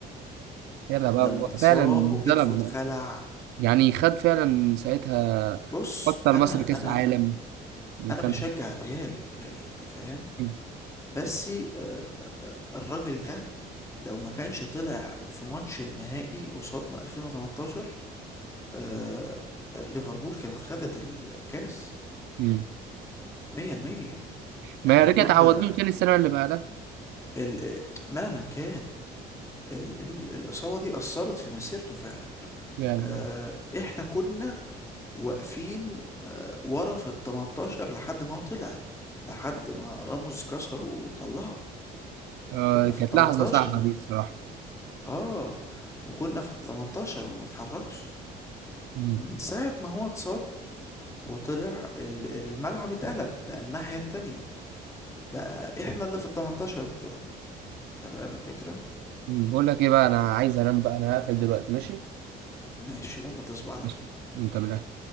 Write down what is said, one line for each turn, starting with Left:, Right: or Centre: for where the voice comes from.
Right: يلا بقى
Left: لما
Right: هو
Left: اتصاب
Right: فعلا
Left: وكتفه
Right: اتظلم
Left: اتخلع
Right: يعني خد فعلا ساعتها
Left: بص
Right: حتى لمصر
Left: انا
Right: كأس
Left: انا
Right: عالم وكان
Left: انا بشجع الريال يعني انت فاهم
Right: مم.
Left: بس آه، الراجل ده لو ما كانش طلع في ماتش النهائي قصادنا 2018 آه، آه، ليفربول كانت خدت الكاس
Right: مم.
Left: 100%
Right: ما
Left: احنا
Right: رجع
Left: كنا
Right: تعوض لهم تاني السنة اللي بعدها
Left: ال... آه، مهما كان ال... ال... الإصابة دي أثرت في مسيرته فعلا
Right: فعلا
Left: آه، احنا كنا واقفين ورا في ال 18 لحد ما هو طلع لحد ما راموس كسره وطلعه
Right: آه
Left: كنا
Right: كانت
Left: في ال 18
Right: لحظة صعبة
Left: ما بنت...
Right: دي الصراحة
Left: اه وكنا في ال 18 وما بنتحركش
Right: مم.
Left: من ساعة ما هو اتصاب وطلع ال- الملعب اتقلب بقى الناحية التانية بقى احنا اللي في ال 18 بتوعه انت فاهم الفكرة
Right: مم. بقول لك ايه بقى انا عايز انام بقى انا هقفل دلوقتي ماشي
Left: ماشي يلا تصبح على
Right: ماشي
Left: خير
Right: وانت من الأهل.